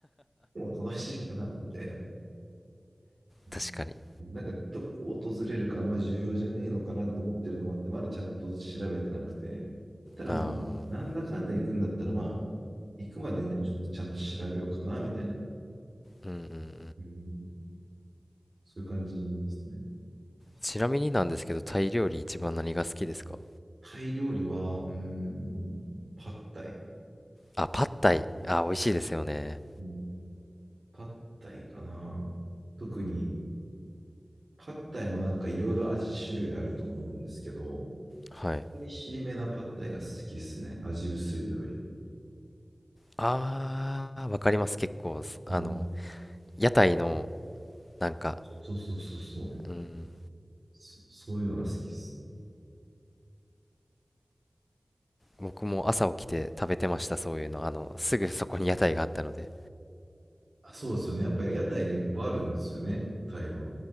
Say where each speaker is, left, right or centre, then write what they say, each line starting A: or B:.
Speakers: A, on the right; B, on the left.
A: でも楽しいかな、みたいな。うん
B: 確かに。
A: なんか、どこを訪れるかあんま重要じゃねえのかなと思ってるのもあって、まだちゃんと調べてなくて。ただまあ、
B: ああ。
A: なんだかんだ行くんだったら、まあ、行くまでにはちょっとちゃんと調べようかな、みたいな
B: うんうんうん。
A: うん、そういう感じですね。
B: ちなみになんですけど、タイ料理一番何が好きですか
A: タイ料理は、うん、パッタイ。
B: あ、パッタイ。あ、美味しいですよね。
A: うん、パッタイかな。特に、パッタイもなんかいろいろ味種類あると思うんですけど、
B: はい。
A: 美味しいめなパッタイが好きっすね。味薄いのより。
B: あー、わかります。結構、すあの、
A: うん、
B: 屋台の、なんか、
A: そうそうそうそう。
B: うん、
A: そそういうのが好きっすね。
B: 僕も朝起きて食べてました、そういうの。あの、すぐそこに屋台があったので。
A: あ、そうですよね。やっぱ屋台がいっぱいあるんですよね、タイは。